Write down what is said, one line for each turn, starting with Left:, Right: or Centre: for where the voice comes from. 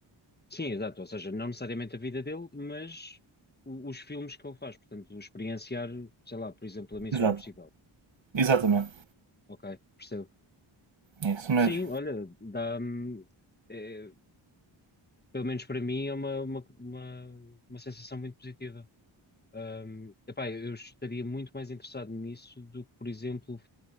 Left: Sim, exato. Ou seja, não necessariamente a vida dele, mas o- os filmes que ele faz. Portanto, experienciar, sei lá, por exemplo, a Missão
Right: Exato,
Left: Impossível.
Right: exatamente.
Left: Ok, percebo.
Right: É isso mesmo.
Left: Sim, olha, dá, hum, é, pelo menos para mim, é uma, uma, uma, uma sensação muito positiva. Hum, epá, eu estaria muito mais interessado nisso do que, por exemplo,